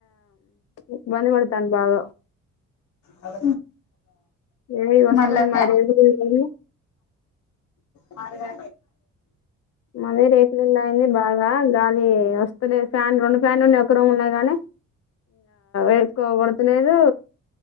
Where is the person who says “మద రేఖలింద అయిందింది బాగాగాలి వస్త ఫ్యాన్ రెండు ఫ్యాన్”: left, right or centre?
Left